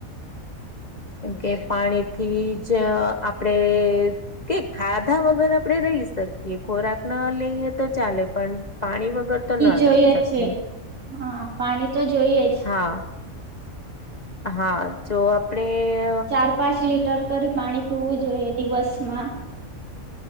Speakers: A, on the left; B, on the right.
A: કેમ કે પાણીથી જ આપ ડે કે ખાધા વગર આપડે રહી શકીએ. કે ખોરાક ના લઈએ તો ચાલે પણ પાણી વગર તો ન
B: જોઈએ
A: રહી શકીએ.
B: છે હા પાણી તો જોઈએ જ.
A: હા. હા! જો આપણેે
B: ચાર પાંચ લીટર પાણી પીવું જોઈએ દિવસમાં.